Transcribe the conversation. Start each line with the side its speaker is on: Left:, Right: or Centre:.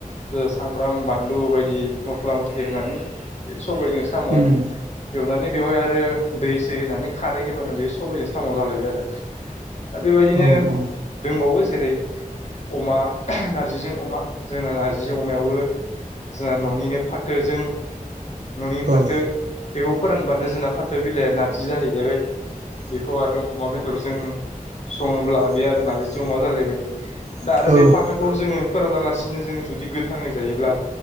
Left: सामब्राम बानलु बायदि मस्ला मस्लि होनानै सबायाइजों साम'
Right: उम
Left: एवनानै बेवहाय आरो दै सै होनानै खारै होबानो बेयो सबाइजों सामाव जालायबाय आरो दा बेबायदिनो
Right: औ उम औ
Left: दंबावो जे रै अमा नारजिजों अमा जोंना नार्जिजों अमायावबो जोंहा न'निनो फाथोजों न'नि फाथो
Right: औ
Left: बेखौ फोरानब्लानो जोंना फाथो बिलाइया नारजि जाहैलायबाय। बेखौ आरो अमा बेदरजों संङोब्ला बे आरो नारजिजों अमा जालायबाय। दा आरो
Right: औ
Left: बे फाथोखौ जोंङो फोराना लासिनो जोंङो जुदि गोथाङै जायोब्ला